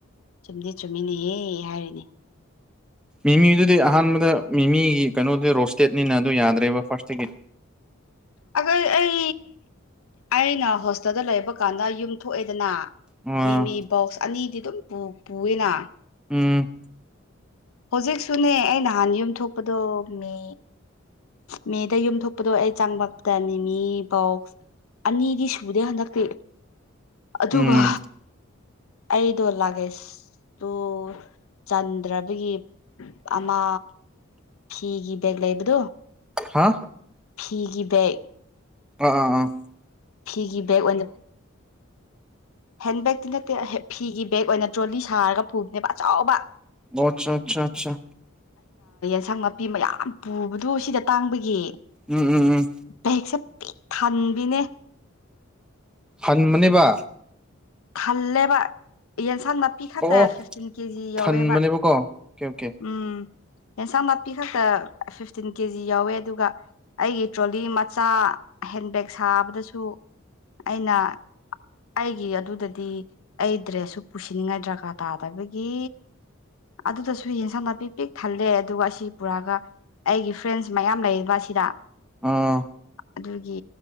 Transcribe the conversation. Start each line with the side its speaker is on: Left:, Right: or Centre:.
Left: ꯆꯨꯝꯗꯤ ꯆꯨꯝꯃꯤꯅꯦꯍꯦ ꯍꯥꯏꯔꯤꯅꯦ
Centre: ꯃꯤꯃꯤꯗꯨꯗꯤ ꯑꯍꯥꯟꯕꯗ ꯃꯤꯃꯤꯒꯤ ꯀꯩꯅꯣꯗꯨ ꯔꯣꯁꯇꯦꯠꯅꯤꯅ ꯑꯗꯨ ꯌꯥꯗ꯭ꯔꯦꯕ ꯐꯥꯔꯁꯇꯒꯤꯗꯤ
Left: ꯑꯈ ꯑꯩ ꯑꯩꯅ ꯍꯣꯁꯇꯦꯜꯗ ꯂꯩꯕ ꯀꯥꯟꯗ ꯌꯨꯝ ꯊꯣꯛꯑꯦꯗꯅ
Centre: ꯑ
Left: ꯃꯤꯃꯤ ꯕꯣꯛꯁ ꯑꯅꯤꯗꯤ ꯑꯗꯨꯝ ꯄꯨꯏꯅ
Centre: ꯎꯝ
Left: ꯍꯧꯖꯤꯛꯁꯨꯅꯦ ꯑꯩ ꯅꯍꯥꯟ ꯌꯨꯝ ꯊꯣꯛꯄꯗꯣ ꯃꯤ ꯃꯦꯗ ꯌꯨꯝꯊꯣꯛꯄꯗꯣ ꯑꯩ ꯆꯥꯡꯕꯛꯇꯅꯤ ꯃꯤ ꯕꯣꯛꯁ ꯑꯅꯤꯗꯤ ꯁꯨꯗꯦ ꯍꯟꯗꯛꯇꯤ ꯑꯗꯨꯒ
Centre: ꯎꯝ
Left: ꯑꯩꯗꯣ ꯂꯥꯒꯦꯁꯇꯨ ꯆꯟꯗ꯭ꯔꯕꯒꯤ ꯑꯃ ꯐꯤꯒꯤ ꯕꯦꯒ ꯂꯩꯕꯗꯣ
Centre: ꯍꯥ
Left: ꯐꯤꯒꯤ ꯦꯛ
Centre: ꯑ ꯑ ꯎꯝ
Left: ꯐꯤꯒꯤ ꯕꯒ ꯑꯣꯏꯅ ꯍꯦꯟꯕꯦꯛꯇꯤ ꯅꯠꯇꯦ ꯐꯤꯒꯤ ꯕꯦꯒ ꯑꯣꯏꯅ ꯇ꯭ꯔꯣꯂꯤ ꯁꯥꯔꯒ ꯄꯨꯕꯅꯦꯕ ꯑꯆꯥꯎꯕ
Centre: ꯑꯣ ꯑꯠꯆꯥ ꯑꯆꯥ ꯑꯆꯥ
Left: ꯑꯦꯟꯁꯪ ꯅꯥꯄꯤ ꯃꯌꯥꯝ ꯄꯨꯕꯗꯣ ꯁꯤꯗ ꯇꯥꯡꯕꯒꯤ
Centre: ꯎꯝ ꯎꯝ ꯎꯝ
Left: ꯕꯦꯛꯁꯦ ꯄꯤꯛ ꯊꯥꯟꯕꯤꯅꯦ
Centre: ꯐꯟꯃꯅꯦꯕ
Left: ꯊꯜꯦꯕ ꯌꯦꯟꯁꯥꯡ ꯅꯥꯄꯤ ꯈꯛꯇ
Centre: ꯑꯣ ꯑꯣ
Left: ꯐꯤꯐꯇꯤꯟ ꯀꯦꯖꯤ ꯌꯧꯋꯦꯕ
Centre: ꯊꯟꯕꯅꯦꯕꯀꯣ ꯑꯣꯀꯦ ꯑꯣꯀꯦ
Left: ꯎꯝ ꯌꯦꯟꯁꯥꯡ ꯅꯥꯄꯤ ꯈꯛꯇ ꯐꯤꯐꯇꯤꯟ ꯀꯦꯖꯤ ꯌꯥꯎꯋꯦ ꯑꯗꯨꯒ ꯑꯩꯒꯤ ꯇ꯭ꯔꯣꯂꯤ ꯃꯆꯥ ꯍꯦꯟꯕꯦꯛ ꯁꯥꯕꯗꯁꯨ ꯑꯩꯅ ꯑꯩꯒꯤ ꯑꯗꯨꯗꯗꯤ ꯑꯩ ꯗ꯭ꯔꯦꯁꯁꯨ ꯄꯨꯁꯤꯟꯅꯤꯡꯉꯥꯏ ꯗ꯭ꯔꯀꯥꯔ ꯇꯥꯗꯕꯒꯤ ꯑꯗꯨꯗꯁꯨ ꯌꯦꯟꯁꯥꯡ ꯅꯥꯄꯤꯤ ꯄꯤꯛ ꯊꯜꯂꯦ ꯑꯗꯨꯒ ꯑꯁꯤ ꯄꯨꯔꯛꯑꯒ ꯑꯩꯒꯤ ꯐ꯭ꯔꯦꯟꯁ ꯃꯌꯥꯝ ꯂꯩꯔꯤꯕ ꯑꯁꯤꯗ
Centre: ꯑꯥ
Left: ꯑꯗꯨꯒꯤ